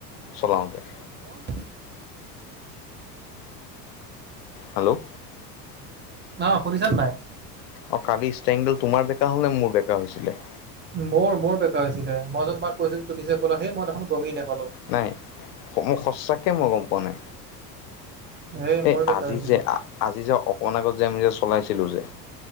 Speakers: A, on the left; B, on the right.
A: চলাওতে
B: মোৰ
A: হেল্ল'
B: ন শুনিছা নে নাই
A: অ কালি ষ্টাইংডল তোমাৰ বেকা হ'ল নে মোৰ বেকা হৈছিলে
B: মোৰ মোৰ বেকা হৈছিলে মই যে তোমাক কৈছিলোঁ তুমি যে ক'লা সেই মই দেখোন গমেই নাপালোঁ
A: নাই মো সঁচাকে মই গম পোৱা নাই
B: সেই
A: এই
B: মোৰ বেকাৰ
A: আজি
B: হৈছিলে
A: যে আজি যে অকণ আগত যে আমি যে চলাইছিলো যে